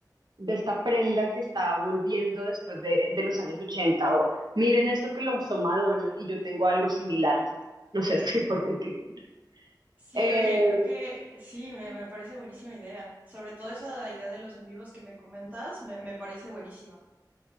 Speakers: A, on the right; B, on the right.
A: de esta prenda que está volviendo después de, de los años 80 o miren esto que lo usó Madonna y yo tengo algo similar. No sé, <laughs> estoy poniendo el ejemplo.
B: Sí,
A: Eh,
B: oye, creo que sí, me, me parece buenísima idea. Sobre todo esa idea de los en vivos que me comentas, me, me parece buenísima.